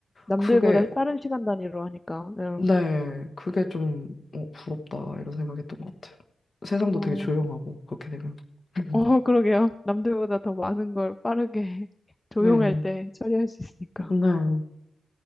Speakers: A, on the left; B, on the left.
A: 남들보다
B: 그게
A: 빠른 시간 단위로 하니까. 네.
B: 네 그게 좀 어, 부럽다 이런 생각했던 것 같아요. 세상도
A: 어,
B: 되게 조용하고 그렇게 되면 <laughs>
A: 어, 그러게요. 남들보다 더 많은 걸 빠르게 <laughs> 조용할
B: 네
A: 때 처리할 수 있으니까.
B: 네.